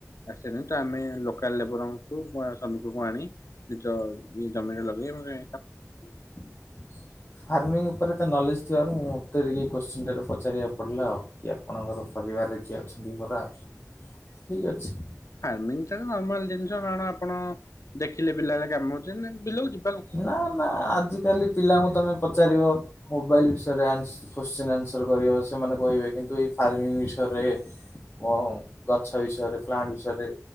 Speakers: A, on the left; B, on the left.
A: ଆସେନି ତ ଆମେ ଲୋକାଲ୍ ଲେବରଙ୍କୁ ବା ଶ୍ରମିକଙ୍କୁ ଆଣି ନିଜ ଇଏ ଜମିଟା ଲଗେଇ ମନେ
B: <inaudible> ଫାର୍ମିଙ୍ଗ୍ ଉପରେ ତା ନଲେଜ୍ ଥିବାରୁ ମୁଁ ଉତ୍ତରିଗି କୋଶ୍ଚିନ୍ ଟା ରୁ ପଚାରିବାକୁ ପଡ଼ିଲା ଆଉ। କି ଆପଣଙ୍କର ପରିବାରରେ କିଏ ଅଛନ୍ତି ପରା ଠିକ୍ ଅଛି।
A: ଫାର୍ମିଙ୍ଗ୍ ଚାର ନର୍ମାଲ ଜିନିଷ କଣ ଆପଣ ଦେଖିଲେ ବିଲାରେ କାମ ଛନ୍ତି ବିଲୋଉଛୁ।
B: ନା ନା ଆଜିକାଲି ପିଲାଙ୍କୁ ତମେ ପଚାରିବ। ମୋବାଇଲି ବିଷୟରେ ଆନ୍ସ କୋସଚୀନ ଆନ୍ସର କରିବ ସେମାନେ କହିବେ କିନ୍ତୁ ଏଇ ଫାର୍ମିଂ ବିଷୟରେ ୱଉଁ ଗଛ ବିଷୟରେ ପ୍ଲାଣ୍ଟ ବିଷୟରେ